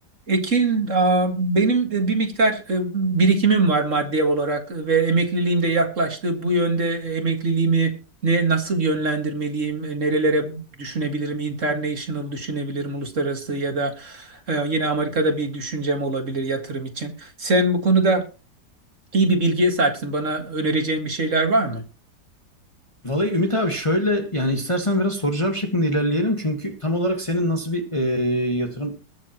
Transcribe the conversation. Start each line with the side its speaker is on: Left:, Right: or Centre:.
Right: Ekin, aa, benim e, bir miktar e, birikimim var maddi olarak ve emekliliğim de yaklaştı. Bu yönde e, emekliliğimi ne nasıl yönlendirmeliyim, e, nerelere düşünebilirim, international düşünebilirim, uluslararası ya da e, yine Amerika'da bir düşüncem olabilir yatırım için. Sen bu konuda iyi bir bilgiye sahipsin. Bana önereceğin bir şeyler var mı?
Left: Vallahi Ümit abi şöyle yani istersen biraz soracağım cevap şeklinde ilerleyelim. Çünkü tam olarak senin nasıl bir e, yatırım